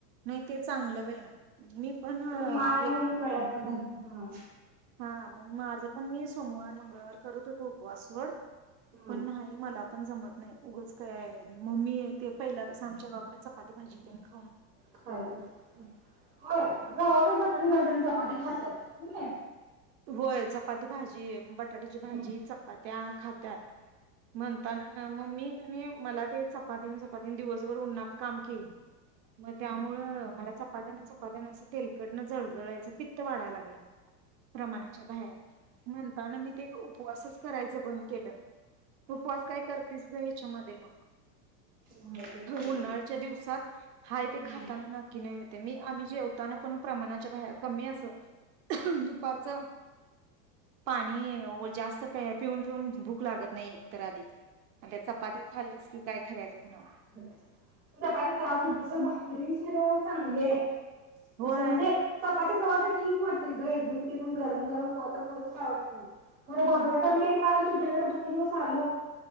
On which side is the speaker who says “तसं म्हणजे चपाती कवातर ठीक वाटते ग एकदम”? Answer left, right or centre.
Right